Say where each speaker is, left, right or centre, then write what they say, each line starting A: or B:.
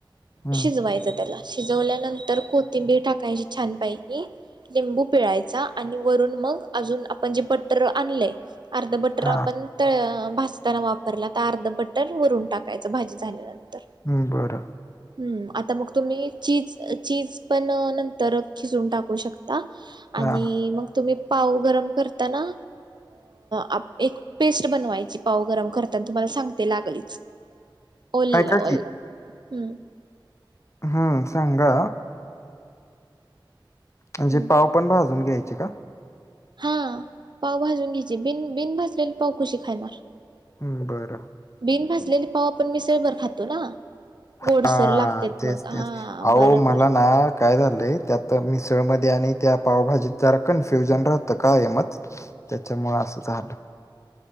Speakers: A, on the left; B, on the right.
A: हम्म
B: शिजवायचं त्याला. शिजवल्यानंतर कोथिंबीर टाकायची छानपैकी. लिंबू पिळायचा आणि वरून मग, अजून आपण जे बट्टर आणलंय. अर्ध बटर
A: हा
B: आपण त भासताना वापरला तर, अर्ध बटर वरून टाकत. कायच भाजी झाल्यानंतर.
A: हम बरं.
B: हम्म आता मग तुम्ही चीज चीज पण, नंतर खिचून टाकू शकता. आता
A: हा
B: आणि मग तुम्ही पाव गरम करता ना. अ एक पेस्ट बनवायची पाव गरम करताना तुम्हाला सांगते लागलीच. उल
A: ऐका
B: उ हम् <unintelligible> <inaudible>
A: हा सांगा. म्हणजे
B: हम्म
A: पाव पण भाजून घ्यायचे का?
B: हा पाव भाजून घ्यायची बिन बिन भजलेली पाव कशे खाणार.
A: हम्म बरं
B: बिन भाजलेली पाव आपण मिसळबर खातो ना. गोडसर
A: हा
B: लागते
A: तेच
B: मग
A: तेच
B: हा
A: अहो
B: बरोबर
A: मला ना काय झालंय त्यात मिसळमध्ये आणि त्या पावभाजीत जरा कन्फ्युजन राहत काय म त्याच्यामुळे असं झालं.